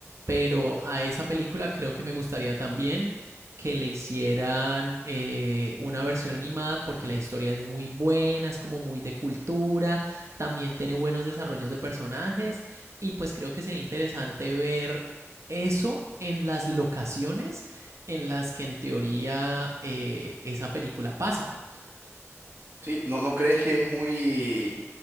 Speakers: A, on the right; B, on the right.
A: pero a esa película creo que me gustaría también que le hicieran eh, una versión animada porque la historia es muy buena, es como muy de cultura, también tiene buenos desarrollos de personajes y pues creo que sería interesante ver eso en las locaciones en las que en teoría eh, esa película pasa.
B: Sí, ¿no, no crees que es muy